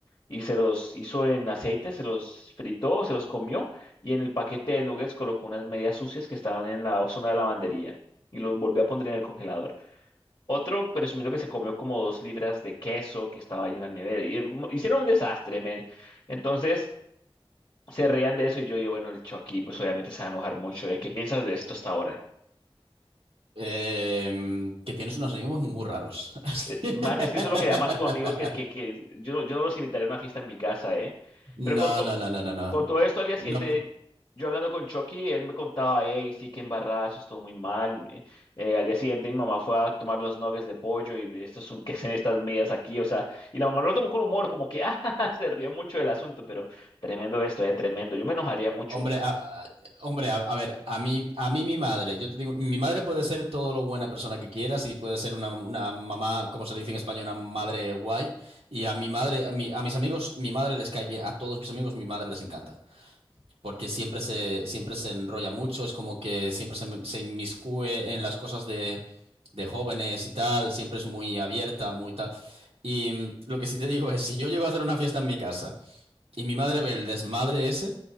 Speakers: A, on the left (about 40°); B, on the right (about 75°).
A: Y se los hizo en aceite, se los fritó, se los comió y en el paquete de nuggets colocó unas medias sucias que estaban en la zona de lavandería y los volvió a poner en el congelador. Otro presumido que se comió como dos libras de queso que estaba ahí en la nevera. Y, mm, hicieron un desastre, men. Entonces se reían de eso y yo digo, bueno, el Chucky, pues obviamente se va a enojar mucho, ¿eh? ¿Qué piensas de esto hasta ahora?
B: Em, que tienes unos amigos muy raros. <laughs>
A: Eh, Man, es que eso es lo que llamas tú, amigos, que, que, que yo, no- yo no los invitaría a una fiesta en mi casa, ¿eh?
B: No,
A: Pero con, to-
B: no, no, no, no, no.
A: con todo esto, al día siguiente,
B: No, p-
A: yo hablando con Chucky, él me contaba, hey, sí, que embarrada, eso estuvo muy mal. Eh, al día siguiente, mi mamá fue a tomar los nuggets de pollo y esto es un, ¿qué hacen estas medias aquí? O sea, y la mamá lo tomó con humor, como que, <laughs> ah, ja, ja, ja", se rió mucho del asunto, pero tremendo esto, eh, tremendo. Yo me enojaría mucho.
B: hombre, a, a- hombre, a, a ver, a mí, a mí mi madre, yo te digo, mi madre puede ser todo lo buena persona que quieras y puede ser una, una mamá, como se le dice en España, una madre guay. Y a mi madre, a, mi- a mis amigos, mi madre les cae bien, a todos mis amigos, mi madre les encanta. porque siempre se, siempre se enrolla mucho, es como que siempre se, se inmiscuye en las cosas de, de jóvenes y tal, siempre es muy abierta, muy tal. Y mm, lo que sí te digo es, si yo llego a hacer una fiesta en mi casa y mi madre ve el desmadre ese,